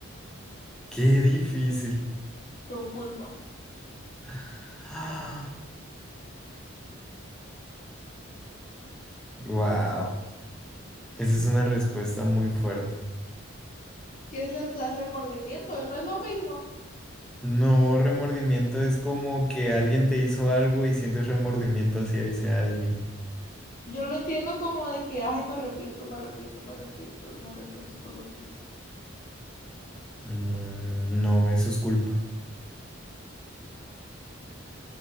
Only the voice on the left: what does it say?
Con culpa.
¿Qué es lo que da remordimiento? No es lo mismo.
Yo lo entiendo como de que, ay, me arrepiento, me arrepiento, me arrepiento, me arrepiento por lo que hice.